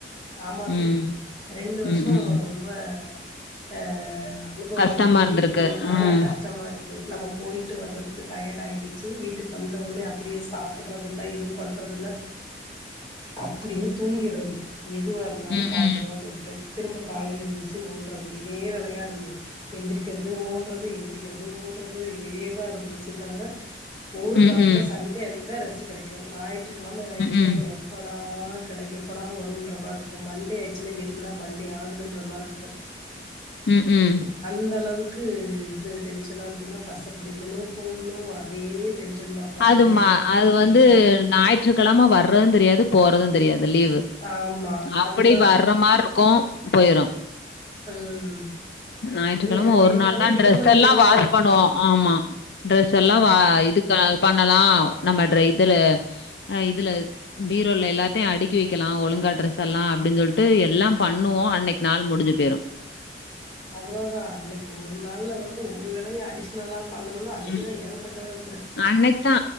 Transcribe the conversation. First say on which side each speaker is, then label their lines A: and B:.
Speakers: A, on the left (about 30°); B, on the left (about 70°).
A: ஆமா தோழி
B: ம்
A: ரெண்டு வருஷம்
B: ம் ம்
A: ரொம்ப அஹ் அனுபவம்
B: கஷ்டமா
A: வந்து
B: இருந்திருக்கு
A: இருக்கு ஆனா
B: ம்
A: கஷ்டமா இருக்கு நம்ம போயிட்டு வர்றதுக்கு டயர்ட் ஆயிடுச்சு வீட்டு வந்தவுனே அப்டியே சாப்பிடறதுல்லா எதுவு பண் ரதுலா அப்படியே தூங்கிறது எதுவா இருந்தாலு
B: ம்
A: பார்த்துக்கலா
B: ம்
A: சொல்லிட்டு திரும்ப காலையில எழுந்திருச்சு ஓடுறது இதே வேலையா இருந்தது எந்திரிக்கிறது ஓடுறது எந்திரிக்கிறது ஓடுறது இதேதா இருந்துச்சு தவிர ஒரு
B: ம்
A: நாள்
B: ம்
A: கூட சண்டே அன்னைக்கு தா ரெஸ்ட கிடைக்கு நாய் ட்ருங்கழம ஆயிடுச்சுனா
B: ம்
A: எப்படா கடைக்கு எப்படா வரு ர மாரி இருக்கு மண்டே ஆயிடுச்சுனா எதுக்குடா வண்டி ஆகுதுன்ற மாதிரி இருக்கு
B: ம் ம் ம்
A: அந்த அளவுக்கு இது டென்ஷனா இருக்குன பச பிடிக்கணு போகணு அதே டென்ஷன் தா பஸ்ஸு
B: அதுமா
A: கெடைக்கல பஸ்ஸு
B: அது
A: கெடைக்கல
B: வந்து ஞாயிற்றுக்கிழம வர்றது தெரியாது போறது தெரியாது இல்லையா கிது
A: ஆமா
B: அப்படி
A: அதுதா
B: வர்ற மாரி க்கு போயிரு
A: ம்
B: ஞாயிற்றுக்கிழம
A: வே வேகமாவே
B: ஒரு நாள் தான்
A: விடுமுறை
B: டிரரெஸ் எல்லா
A: முடிஞ்ச
B: வாஷ் பண்ணுவோ ஆமா ட்ரெஸ் எல்லா
A: ஆமா
B: இதுக்கு ப நாலெல்லா நம்ம ட இதுல இதுல பீரோல்ல எல்லாத்தையு அடுக்கி வைக்கலா ஒழுங்கா ட்ரெஸ் எல்லா அப்படின்னு சொல்லிட்டு எல்லா பண்ணுவோ அன்னைக்கு நாள் முடிஞ்சு போயிரு
A: அவ்வளோதா அன்னைக்கு ஒரு நாள்ல வந்து ஒரு வேளையு அடிஷனலா பண்ணணுனா அன்னைக்குதா
B: ம்.
A: ஏகப்பட்ட வே
B: அன்னைக்கு தா